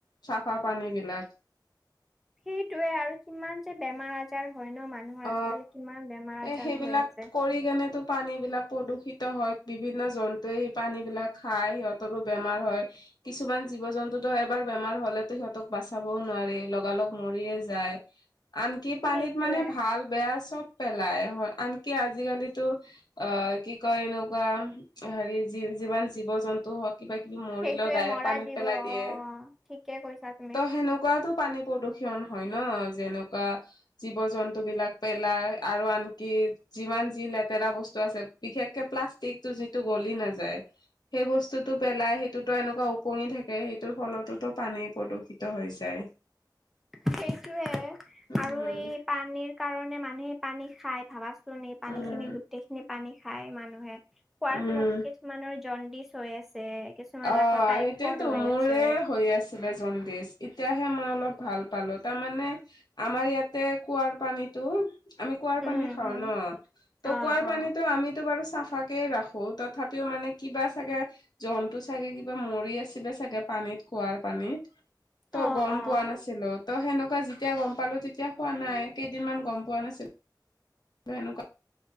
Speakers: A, on the left; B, in the centre.
A: চাফা পানী বিলাক।
B: সেইটোৱে আৰু কিমান যে বেমাৰ আজাৰ। হয় ন মানুহৰ
A: অ
B: আজিকালি কিমান বেমাৰ আজাৰ
A: এই সেইবিলাক
B: হৈ আছে।
A: কৰি কেনেটো পানী বিলাক প্ৰদূষিত। <unintelligible> হয় বিভিন্ন জন্তুৱে সেই পানীবিলাক খাই সিহঁতৰো বেমাৰ হয় কিছুমান জীৱ-জন্তু। <unintelligible> এবাৰ বেমাৰ হ'লেতো সিহঁতক বাচাবও নোৱাৰি লগালগ মৰিয়ে যায়। আনকি পানীত
B: সেইটোৱে
A: মানে। ভাল বেয়া চব পেলায় হয় আনকি আজিকালিটো অ কি কয় এনেকুৱা। হেৰি যি-যিমান জীৱ-জন্তু হওঁক। কিবা কিবি মৰিলেও
B: সেইটোৱে
A: ডাইৰেক্ট
B: মৰা
A: পানীত
B: জীৱ
A: পেলাই
B: অ
A: দিয়ে
B: ঠিকে কৈছা তুমি
A: ত সেনেকুৱাটো পানী প্ৰদূ ষণ হয় নহ যেনেকুৱা জীৱ জন্ <unintelligible> পেলাই আৰু আনকি যিমান যি লেতেৰা বস্তু আছে বিশেষকে প্লাষ্টিকটো যিটো। গলি নাযায় সেই বস্তুটো পেলাই সেইটোতো এনেকুৱা ওপঙি থাকে সেইটোৰ ফলতো পানী। <unintelligible> প্ৰদূষিত হৈ যায়।
B: <inaudible> সেইটোৱে
A: উম
B: আৰু এই পানীৰ কাৰণে মানুহে পানী খাই ভাবা। পানী
A: উম
B: খিনি গোটেই খিনি পানী খাই মানুহে খোৱাৰ
A: উম
B: ফলত কিছুমানৰ জণ্ডিচ। হৈ আছে। কিছুমানৰ
A: অ সেইটোৱেতো
B: আকৌ টাইফইড হৈ
A: মোৰে
B: আছে।
A: হৈ আছিলে জণ্ডিছ এতিয়াহে মই অলপ। ভাল পালো, তাৰমানে আমাৰ ইয়াতে কুঁৱাৰ পানীতটো। আমি কুঁৱাৰ
B: উম
A: পানী খাওঁ
B: উম
A: ন, ত,
B: অ অ
A: কুঁৱাৰ পানীতো আমিতো বাৰু চাফাক কে ৰাখো, তথাপিও মানে কিবা চাগে জন্তু চাগে কিবা মৰি আছিলে চাগে, পানীত কুৱাৰ পানীত ত'
B: অ
A: গম
B: অ
A: পোৱা নাছিলো। ত, সেনেকুৱা যেতিয়া গম পালো, তেতিয়া হোৱা নাই, কেইদিনমান গম পোৱা নাছিলো। জন ক